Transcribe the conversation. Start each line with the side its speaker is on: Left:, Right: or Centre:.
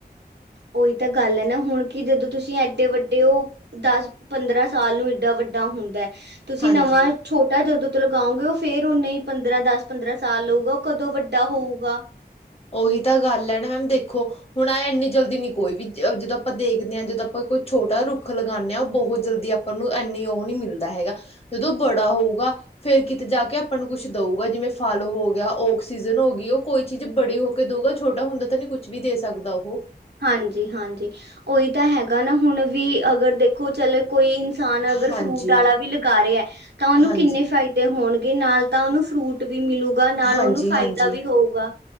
Right: ਓਈ ਤਾ ਗਾੱਲ ਐ ਨਾ, ਹੁਣ ਕੀ ਜਦੋਂ ਤੂਸੀ ਐਡੇ ਵੱਡੇ ਓ ਦਾੱਸ ਪੰਦਰਾਂ ਸਾਲ ਨੂੰ ਇਡਾ ਵੱਡਾ ਹੁੰਦੈ, ਤੂਸੀਂ
Left: ਹਾਂਜੀ
Right: ਨਵਾਂ ਛੋਟਾ ਜਦੋ ਤੋਂ ਲਗਾਉਂਗੇ ਓ ਫੇਰ ਓਨੇ ਈ ਪੰਦਰਾਂ, ਦਾੱਸ-ਪੰਦਰਾਂ ਸਾਲ ਹੋਊਗਾ, ਓ ਕਦੋਂ ਵੱਡਾ ਹੋਊਗਾ।
Left: ਓਹੀ ਤਾਂ ਗਾੱਲ ਐ ਨਾ ਮੈਮ ਦੇਖੋ ਹੁਣ ਐ ਇੰਨੀ ਜਲਦੀ ਨੀ ਕੋਈ ਵੀ ਜ ਜਦੋਂ ਅਪਾਂ ਦੇਖਦੇ ਆਂ, ਜਦੋਂ ਅਪਾਂ ਕੋਈ ਛੋਟਾ ਰੁੱਖ ਲਗਾਨੇ ਆਂ, ਬੋਹਤ ਜਲਦੀ ਆਪ ਨੂੰ ਐਨੀ ਓ ਨੀ ਮਿਲਦਾ ਹੈਗਾ, ਜਦੋਂ ਬੜਾ ਹੋਊਗਾ ਫੇਰ ਕਿਤੇ ਜਾ ਕੇ ਅਪਾਂ ਨੂੰ ਕੁਛ ਦਊਗਾ ਜਿਵੇਂ ਫਲ ਹੋ ਗੇਆ, ਓਕਸੀਜਨ ਹੋ ਗੀ, ਓ ਕੋਈ ਚੀਜ ਜੇ ਬੜੇ ਹੋ ਕੇ ਦਊਗਾ, ਛੋਟਾ ਹੁੰਦਾ ਤੇ ਨੀ ਕੁੱਛ ਵੀ ਦੇ ਸਕਦਾ ਓਹ।
Right: ਹਾਂਜੀ, ਹਾਂਜੀ ਓਈ ਤਾ ਹੈਗਾ ਨਾ, ਹੁਣ ਵੀ ਅਗਰ ਦੇਖੋ ਚਲ ਕੋਈ ਸਾਨ ਅਗਰ
Left: ਹਾਂਜੀ
Right: ਫਰੂਟ ਆਲਾ ਵੀ ਲਗਾ ਰਏ, ਤਾਂ ਓਨੂੰ
Left: ਹਾਂਜੀ
Right: ਕਿੰਨੇ ਫਾਇਦੇ ਹੋਨਗੇ, ਨਾਲ ਤਾਂ ਓਨੂੰ ਫਰੂਟ ਵੀ ਮਿਲੂਗਾ, ਨਾਲ
Left: ਹਾਂਜੀ
Right: ਓਨੂੰ ਫ਼ਾਇਦਾ
Left: ਹਾਂਜੀ
Right: ਵੀ ਹੋਊਗਾ